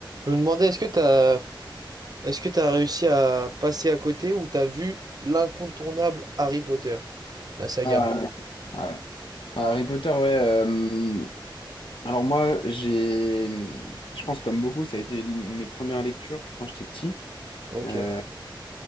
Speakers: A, on the right; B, on the left.
A: Je me demandais, est-ce que t'as, est-ce que t'as réussi à passer à côté ou t'as vu l'incontournable Harry Potter, la saga?
B: Ah, ouais. Ah, ouais. Ah, Harry Potter, ouais. euh, alors moi, j'ai, je pense comme beaucoup, ça a été l- mes premières lectures quand j'étais petit.
A: Ok,
B: Euh,